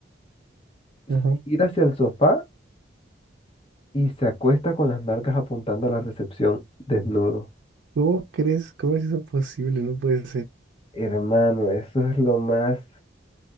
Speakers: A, on the left; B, on the right.
A: se
B: Ajá.
A: gira hacia el sofá y se acuesta con las nalgas apuntando a la recepción, desnudo.
B: ¿Cómo crees? ¿Cómo es eso posible? No puede ser.
A: Hermano, eso es lo más...